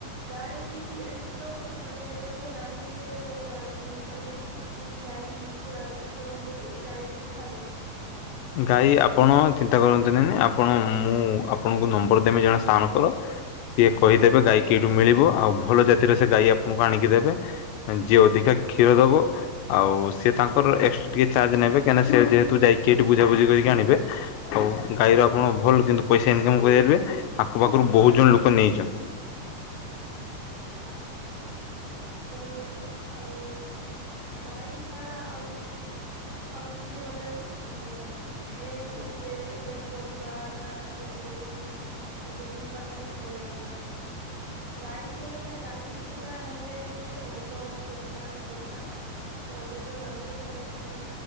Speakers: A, on the right (about 70°); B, on the left (about 85°).
A: ଗାଈ ଏଠି ତ ମାନେ ଲୋକେ ନାହିଁ ଯେ ମୁଁ ଗାଈ କିଣି ପାରିମି ଏଠିକ ତ କେହି ଗାଈ ବିକୁନାହାନ୍ତି ତ ମୁଁ ଗାଈ କେଇଠୁ ଆଣିବି?
B: ଗାଈ ଆପଣ ଚିନ୍ତା କରନ୍ତୁନି ଆପଣ ମୁଁ ଆପଣଙ୍କୁ ନମ୍ବର୍ ଦେବି ଜଣେ ସାରଙ୍କର ସିଏ କହିଦେବେ ଗାଈ କେଇଠୁ ମିଳିବ ଆଉ ଭଲ ଜାତିର ସେ ଗାଈ ଆପଣଙ୍କୁ ଆଣିକି ଦେବେ। ମାନେ ଯିଏ ଅଧିକା କ୍ଷୀର ଦବ। ଆଉ ସିଏ ତାଙ୍କର ଏକ୍ସଟ୍ରା ଟିକେ ଚାର୍ଜ ନେବେ କାହିଁକି ସେ ଯେହେତୁ ଯାଇକି ସେ ଏଠୁ ବୁଝାବୁଝି କରିକି ଆଣିବେ। ଆଉ ଗାଈର ଆପଣ ଭଲ୍ କିନ୍ତୁ ପଇସା ଇନକମ୍ କରିପାରିବେ। ଆଖ ପାଖରୁ ବହୁତ୍ ଜଣ ଲୋକ ନେଇଛନ୍ତି।
A: ହଉ ଆଉ ଗାଈ ଛଡ଼ା ଆଉ ଆଉ କିଛି ମାନେ ମ ଭେଜ୍ ଉପରେ ମାନେ ପରିବା କାଁ ଭିନ୍ତରେ କିଛି ଯଦି ହେଇ ଥାନ୍ତା ଭଲ୍ ହେଇଥାନ୍ତା। ଗାଈ କେନେ କେନା ଗାଈ ଇଛୁଙ୍କା ହେନେ ଟିକେ ଅଧିକ ପଇସା ଏକା ଦରକାର୍ ତ ଏବେ ତ ନାହିଁ ସେ ପାଇଁ କିଛି।